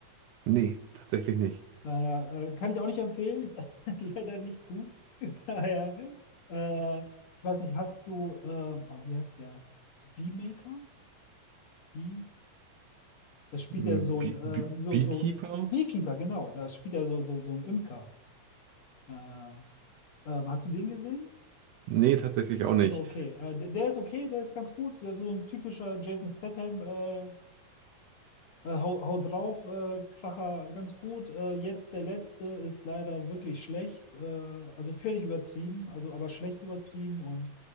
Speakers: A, on the right; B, on the left.
A: Nee, tatsächlich nicht.
B: Daher äh, kann ich auch nicht empfehlen. <laughs> Leider nicht gut. <laughs> Daher, äh, ich weiß nicht, hast du, äh, oh, wie heißt der? Beemaker? Bee? Das spielt
A: Hm,
B: ja so
A: Bee
B: ein, äh,
A: Bee
B: so,
A: Beekeeper?
B: so, ein Beekeeper, genau. Da spielt er so, so, so ein Imker. Äh, ähm, hast du den gesehen?
A: Nee, tatsächlich auch nicht.
B: Also, okay. Äh, der, der ist okay, der ist ganz gut. Der ist so ein typischer Jason Statham, äh, Äh, hau, hau drauf, äh, Kracher, ganz gut. Äh, jetzt der letzte ist leider wirklich schlecht. Äh, also völlig übertrieben, also aber schlecht übertrieben und